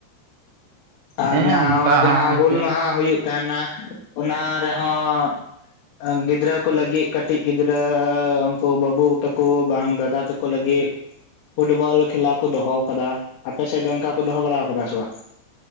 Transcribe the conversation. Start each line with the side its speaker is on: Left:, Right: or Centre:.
Left: ᱟᱨ
Right: ᱦᱮᱸ
Left: ᱱᱟᱣᱟ
Right: ᱚᱱᱠᱟ
Left: ᱡᱟᱦᱟᱸ ᱦᱩᱞ
Right: ᱜᱮ
Left: ᱢᱟᱦᱟ ᱦᱩᱭᱩᱜ ᱛᱟᱦᱮ ᱱᱟ ᱚᱱᱟ ᱨᱮ ᱦᱚᱸ ᱮᱫ ᱜᱤᱫᱽᱨᱟᱹᱠᱚ ᱞᱟᱹᱜᱤᱫ ᱠᱟᱹᱴᱤᱡ ᱜᱤᱫᱽᱨᱟᱹ ᱩᱱ ᱠᱩ ᱵᱟᱹᱵᱩ ᱛᱟ ᱠᱚ ᱵᱟᱝ ᱫᱟᱫᱟ ᱛᱟ ᱠᱚ ᱞᱟᱹᱜᱤᱫ ᱾ ᱯᱷᱩᱴᱵᱚᱞ ᱠᱷᱮᱞᱟ ᱠᱚ ᱫᱚ ᱦᱚ ᱠᱟᱫᱟ ᱟᱯᱮ ᱥᱮᱫ ᱫᱚ ᱚᱱᱠᱟ ᱠᱚ ᱫᱚ ᱦᱚ ᱵᱟᱲᱟ ᱠᱟᱫᱟ ᱥᱮ ᱵᱟᱝ?